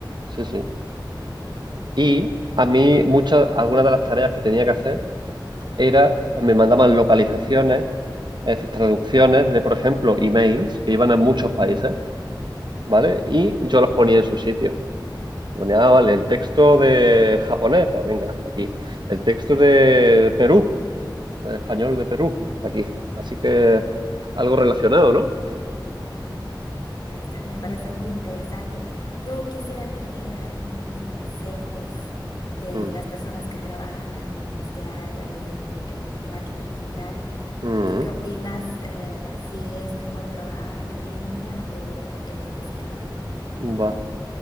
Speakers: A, on the right (about 65°); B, on the left (about 60°).
A: Sí, sí. Y a mí, muchas, algunas de las tareas que tenía que hacer era, pues me mandaban localizaciones, es decir, traducciones de, por ejemplo, emails que iban a muchos países, ¿vale? Y yo los ponía en su sitio. Ponía, ah, vale, el texto de japonés, pues venga, aquí. El texto de Perú, de español de Perú, aquí. Así que algo relacionado, ¿no?
B: este, me parece muy interesante. Yo quisiera tener algunos consejos de
A: Mm,
B: las personas que trabajan en este área de eh, marketing digital.
A: mm,
B: ¿Tú qué opinas eh, si es mejor trabajar en línea o eh, físicamente?
A: va.